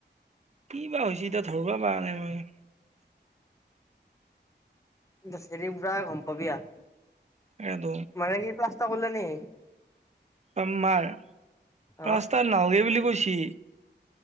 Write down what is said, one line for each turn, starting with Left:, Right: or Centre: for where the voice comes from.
Right: কি বা হৈছে এতিয়া ধৰবা পৰা নাই মই।
Left: চেৰি বুঢ়া গম পাবি ইয়া।
Right: হেল্ল,
Left: মানে কি পিলাস্তা কৰিলে নেকি।
Right: আমাৰ ৰাস্তা
Left: অ
Right: নাালগে বুলি কৈছে।